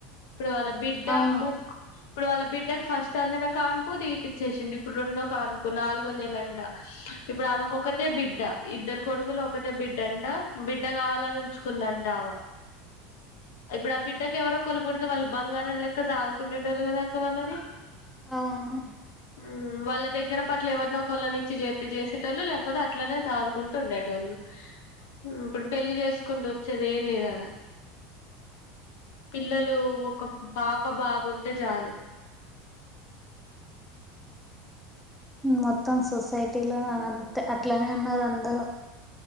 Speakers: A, on the left (about 85°); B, in the centre.
A: ఇప్పుడు వాళ్ళ బిడ్డ
B: అవును
A: ముగ్ ఇప్పుడు వాళ్ళ బిడ్డ ఫస్ట్ అంది నా కాన్పూ తీపిచ్చేసింంది ఇప్పుడు రెండో కాన్పూ నాలుగో నెలంట ఇప్పుడు ఆమెకు ఒకతే బిడ్డ ఇద్దరు కొడుకులు ఒకతే బిడ్డ అంట బిడ్డ కావాలని ఉంచుకుందంట ఆమ ఇప్పుడు
B: ఆహా.
A: ఆ బిడ్డకి ఎవరో కొలు పడితే వాళ్ళు బంగారం లక్క జదుగుకుండే వాళ్ళు కదా అక్క వాళ్ళని
B: అవునును
A: మ్ వాళ్ల దగ్గర పట్ల ఎవరినొ ఒకళ్ళని ఇచ్చి చేతే చేసేటోళ్ళు లేకపోతే అట్లనే సాదుకుంటూ ఉండేటోళ్ళు మ్ ఇప్పుడు పెళ్లీ చేసుకుంటే వచ్చేది ఏం లేదు ఆడా పిల్లలు ఒక పాప బాబు ఉంటే చాలు
B: మొత్తం సొసైటీలో అంత అట్లానే ఉన్నారు అందరు